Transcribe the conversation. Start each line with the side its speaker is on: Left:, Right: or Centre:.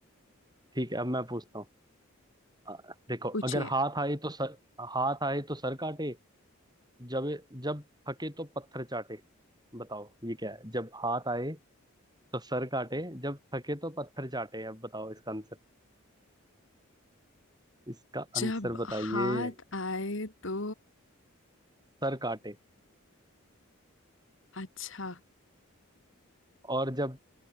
Right: ठीक है अब मैं पूछता हूँ आ, देखो
Left: पूछिए
Right: अगर हाथ आए तो सर हाथ आए तो सर काटे जब जब थके तो पत्थर चाटे बताओ ये क्या है जब हाथ आए तो सर काटे जब थके तो पत्थर चाटे अब बताओ इसका आंसर इसका
Left: जब
Right: आंसर बताइए
Left: हाथ आए तो
Right: सर काटे
Left: अच्छा
Right: और जब